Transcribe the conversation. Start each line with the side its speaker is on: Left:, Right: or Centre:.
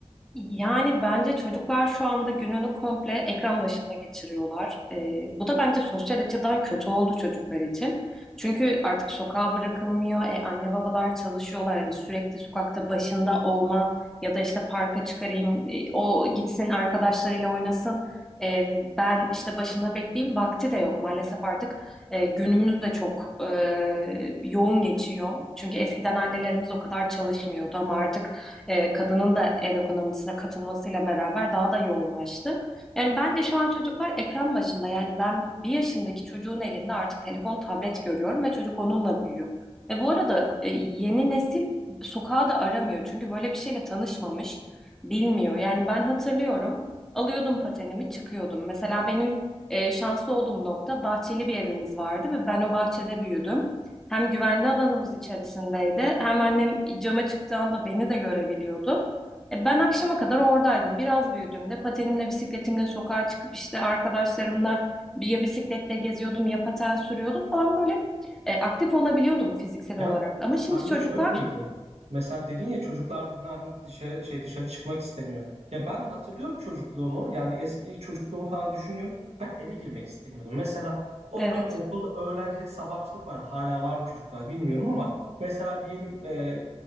Centre: Yani bence çocuklar şu anda gününü komple ekran başında geçiriyorlar. Ee, bu da bence sosyal açıdan kötü oldu çocuklar için. Çünkü artık sokağa bırakılmıyor. E, anne babalar çalışıyorlar. Hani sürekli sokakta başında olma ya da işte parka çıkarayım, e, o gitsin arkadaşlarıyla oynasın. E, ben işte başında bekleyeyim vakti de yok. Maalesef artık e, günümüz de çok e, yoğun geçiyor. Çünkü eskiden annelerimiz o kadar çalışmıyordu ama artık e, kadının da ev ekonomisine katılmasıyla beraber daha da yoğunlaştı. Yani bence şu an çocuklar ekran başında. Yani ben bir yaşındaki çocuğun elinde artık telefon, tablet görüyorum ve çocuk onunla büyüyor. Ve bu arada e, yeni nesil sokağa da aramıyor. Çünkü böyle bir şeyle tanışmamış, bilmiyor. Yani ben hatırlıyorum, alıyordum patenimi, çıkıyordum. Mesela benim e, şanslı olduğum nokta bahçeli bir evimiz vardı ve ben o bahçede büyüdüm. Hem güvenli alanımız içerisindeydi, hem annem cama çıktığı anda beni de görebiliyordu. E, ben akşama kadar oradaydım. Biraz büyüdüğümde patenimle, bisikletimle sokağa çıkıp işte arkadaşlarımla bir- ya bisikletle geziyordum ya paten sürüyordum falan böyle E, aktif olabiliyordum fiziksel
Right: Ya
Centre: olarak da. Ama
Right: sen
Centre: şimdi çocuklar,
Right: de şöyle miydi? Mesela dedin ya çocuklar dedin hani dışarı şey dışarı çıkmak istemiyor. Ya ben hatırlıyorum çocukluğumu. Yani eski çocukluğumu falan düşünüyorum. Ben eve girmek istemiyordum. Mesela o,
Centre: evet.
Right: <clears throat> okulda öğrencilik, sabahçılık vardı. Hala var mı çocuklar bilmiyorum ama mesela diyelim e,